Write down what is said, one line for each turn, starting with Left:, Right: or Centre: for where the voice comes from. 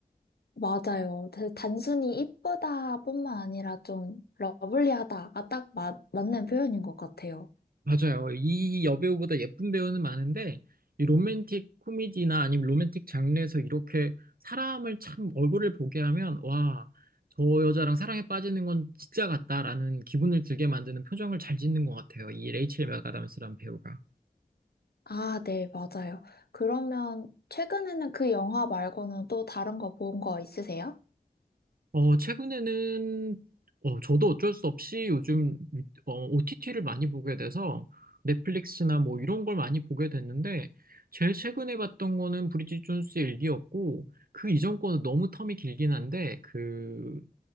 Left: 맞아요. 그 단순히 이쁘다뿐만 아니라 좀 러블리하다가 딱 맞, 맞는 표현인 것 같아요.
Right: 맞아요. 이 여배우보다 예쁜 배우는 많은데 이 로맨틱 코미디나 아니면 로맨틱 장르에서 이렇게 사람을 참 얼굴을 보게 하면 와, 저 여자랑 사랑에 빠지는 건 진짜 같다라는 기분을 들게 만드는 표정을 잘 짓는 것 같아요. 이 레이첼 맥아담스라는 배우가.
Left: 아, 네, 맞아요. 그러면 최근에는 그 영화 말고는 또 다른 거 본 거 있으세요?
Right: 어, 최근에는, 어, 저도 어쩔 수 없이 요즘, OTT를 많이 보게 돼서 넷플릭스나 뭐 이런 걸 많이 보게 됐는데, 제일 최근에 봤던 거는 브리짓 존스의 일기였고, 그 이전 거는 너무 텀이 길긴 한데, 그,